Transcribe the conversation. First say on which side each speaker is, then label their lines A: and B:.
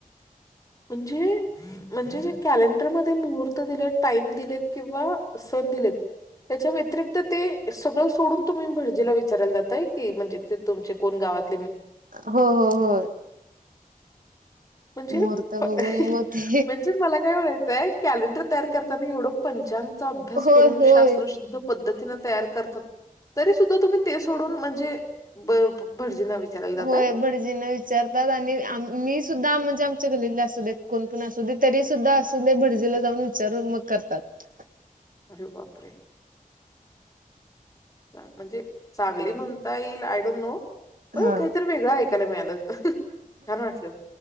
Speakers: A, on the left (about 20°); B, on the right (about 70°).
A: म्हणजे, म्हणजे जे कॅलेडर मध्ये मुहूर्त दिले टाइम दिलेत किंवा सण दिलेत त्याच्या व्यतिरिक्त ते सगळं सोडून तुम्ही भटजीला विचारायला जातय की म्हणजे ते तुमचे कोण गावात
B: हो हो हो -
A: म्हणजे
B: मुहूर्त
A: प
B: बघून म ते
A: म्हणजे मला काय म्हणायचंय कॅलेंडर तयार करताना एवढं पंचांगचा अभ्यास
B: होय
A: करून
B: होय
A: शास्त्रशुद्ध पद्तीन तयार करतात तरी सुद्धा तुम्ही ते सोडून म्हणजे ब भटजींना विचारायला जाताय
B: होय भटजीना विचारतात आणि मी सुद्धा म्हणजे कोण पण असू तरी सुद्धा अस भडजीला जाऊन विचारून मग करतात.
A: अरे बाप रे म्हणजे चांगली म्हणता येईल आय डोंट नो पण
B: हा
A: काहीतरी वेगळं ऐकायला मिळालं. छान वाटलं